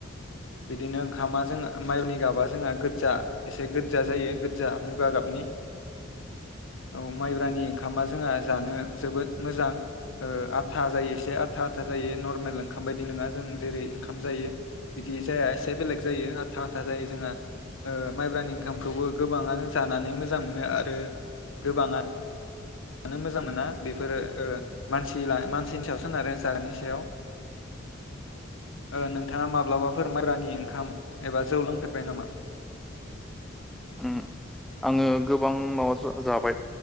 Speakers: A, on the left; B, in the centre.
A: बिदिनो ओंखामा जों माइनि गाबा जोंहा गोजजा एसे गो गोजा जायो गोजजा मुगा गाबनि औ माइब्रानि ओंखामा जोंहा जानो जोबोद मोजां ओ आथा जायो एसे आथा था जायो नर्मेल ओंखामा बायदि दि नङा जों जेरै ओंखाम जायो बिदि जाया एसे बेलेग जायो आथा आथा जायो ओ जोंहा माइब्रानि ओंखाम खौबो गोबाङानो जानानै मोजां मोनो आरो गोबाङा नो मोजां मोना बेफोरो ओ मानसि ला मानसिनि सायावसो सोनारो जानायनि सायाव। ओ नोंथाङा माब्लाबा फोर माइब्रानि ओंखाम एबा जौ लोंफेर बाय नामा?
B: उम आङो गोबां माबा जा जाबाय।